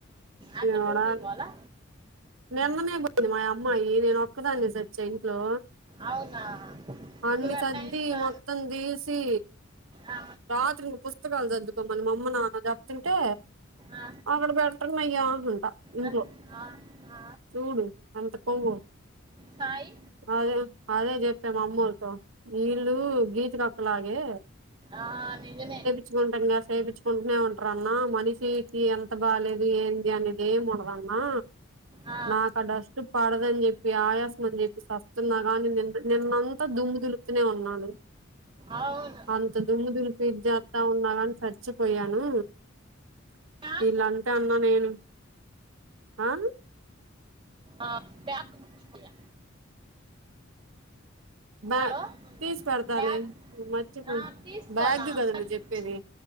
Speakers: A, on the right; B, on the right.
A: అక్క
B: ఏం
A: డ్యూటీ
B: రా
A: పోలా
B: నిన్ననే పోయింది మా అమ్మాయి నేను ఒక్కదాన్నే సచ్చా ఇంట్లో
A: అవునా
B: అన్ని
A: నువ్వు ఆ
B: సద్ది
A: టైం సా
B: మొత్తం దీసి
A: ఆ,
B: రాత్రి పుస్తకాలు సద్దువుకోమని మా అమ్మ నాన్న చెప్తుంటే
A: ఆ,
B: అక్కడ పెట్టండి అయ్యా అంట ఇంట్లో
A: ఆ, ఆ ఆ
B: సూడు ఎంత కొవ్వో
A: సాయి
B: అదే అదే చజెప్పా మా అమ్మోల్తో ఈళ్ళు గీచురక్క లాగే
A: ఆ నిజమే
B: చుకుంటానే సేపించుకుంట్నా ఉంటారన్నా మనిషికి ఎంత బాలేదు ఏం అనేది ఏముండదన్నా
A: ఆ,
B: నాకా డస్టు పడదని చెప్పి ఆయాసం అని చెప్పి సస్తున్నా గాని నిన్న నిన్నంతా దుమ్ము దులుపుతూనే ఉన్నాను
A: అవును
B: అంత దుమ్ము దులుపి జేత్తా ఉన్నాగాని సచ్చిపోయాను
A: నాకు
B: వీళ్ళ అంతా అన్నా నేను ఆ
A: ఆ క్యాబ్ చ్ కియా
B: బ్యా
A: అలో
B: తీసి పెడతాలే
A: బ్యాగ్
B: మర్చిపోయి
A: ఆ తీసుకోలా
B: బ్యాగ్ కదా నువ్వు
A: ఆచ్
B: చెప్పేది